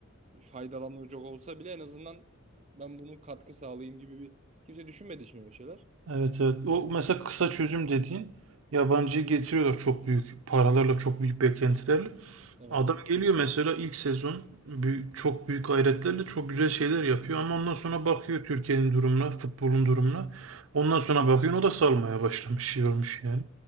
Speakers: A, on the right; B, on the right.
A: faydalanacak olsa bile en azından ben bunun katkı sağlayayım gibi bir kimse düşünmediği için öyle şeyler.
B: Evet evet. O mesela kısa çözüm dediğin yabancıyı getiriyorlar çok büyük paralarla çok büyük beklentilerle.
A: Evet.
B: Adam geliyor mesela ilk sezon büyük, çok büyük gayretlerle çok güzel şeyler yapıyor ama ondan sonra bakıyor Türkiye'nin durumuna, futbolun durumuna. Ondan sonra bakıyor o da salmaya başlamış, şey olmuş yani.